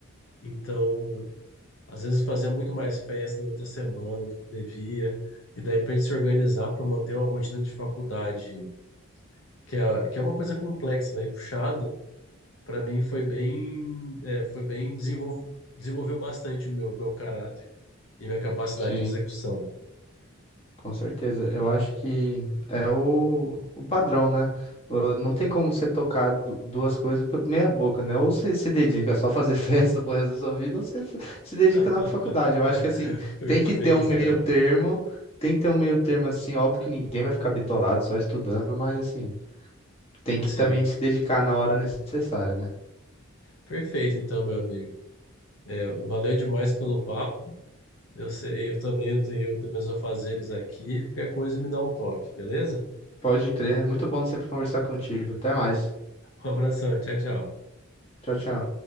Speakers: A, on the left (about 65°); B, on the left (about 25°).
A: Então, às vezes fazia muito mais festa durante a semana do que devia. E daí, para a gente se organizar para manter uma rotina de faculdade, que é, que é uma coisa complexa, né, e puxada, para mim foi bem, é, foi bem desenvol- desenvolveu bastante o meu, meu caráter e minha capacidade
B: Sim.
A: de execução.
B: Com certeza. Eu acho que é o, o padrão, né? Uh, Não tem como você tocar du- duas coisas pe- meia boca, né? Ou você se dedica só a fazer <laughs> festa pro resto da sua vida, ou você f- se dedica
A: <laughs>
B: na faculdade. Eu acho que assim,
A: Perfeito,
B: tem que ter um meio
A: Theo.
B: termo, tem que ter um meio termo assim, óbvio que ninguém vai ficar bitolado só estudando, mas assim, tem que
A: Sim,
B: também se dedicar na hora necessária, né?
A: perfeito, então, meu amigo. É, valeu demais pelo papo. Eu sei, eu também tenho, tenho meus afazeres aqui. Qualquer coisa me dá um toque, beleza?
B: Pode crer, é muito bom sempre conversar contigo. Até mais.
A: Um abração, tchau, tchau.
B: Tchau, tchau.